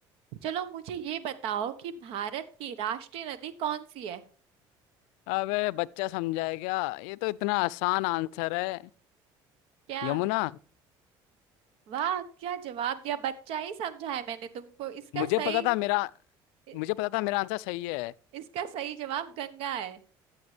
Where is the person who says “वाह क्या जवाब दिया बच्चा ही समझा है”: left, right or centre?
Right